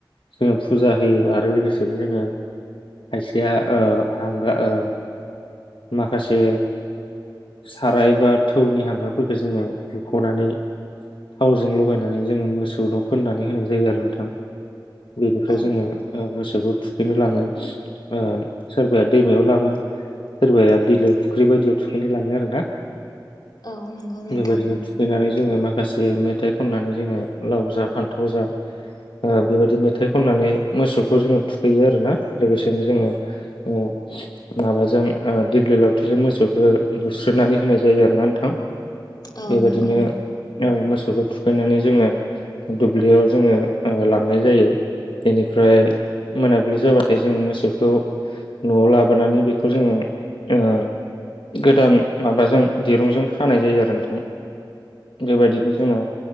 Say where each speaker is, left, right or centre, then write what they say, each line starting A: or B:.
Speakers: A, on the left; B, on the left.
A: जोङो फुजा होयो आरो लोगोसेनो बिनो जोङो खायसेया ओ हांगार ओ माखासे साराय बा थौनि हांगारफोरखौ जोङो हुखनानै थावजों लगायनानै जोङो मोसौनाव फोननानै होनाय जायो आरो नोंथां। बेनिफ्राय
B: औ
A: जोङो ओ मोसौ <unintelligible> थुखैनो लाङो ओ‌ सोरबाया दैमायाव लाङो सोरबाया बिलो फुख्रि बायदियाव थुखैनो लाङो आरो ना।
B: औ नोंगौ नोंथां
A: बेबायदिनो थुखैनानै जोङो माखासे मेथाइ खननानै जोङो लाव जा फान्थाव जा ओ बेबायदि मेथाइ खननानै मोसौखौ जोङो थुखैयो आरोना लोगोसेनो जोङो ओ माबाजों दिग्लि ओ लावथिजों मोसौखौ बुस्रोनानै होनाय जायो आरोना नोंथां।
B: औ
A: बेबायदिनो
B: नंगौ
A: ओ मोसौखौ थुखैनानै जोङो दुब्लियाव जोङो ओ लांनाय जायो। बेनिफ्राय मोनाबिलि जाबाथाय जोङो मोसौखौ न'आव लाबोनानै बेखौ जोङो ओ गोदान माबाजों दिरुंजों खानाय जायो आरो नोंथां, बेबायदिनो जोंना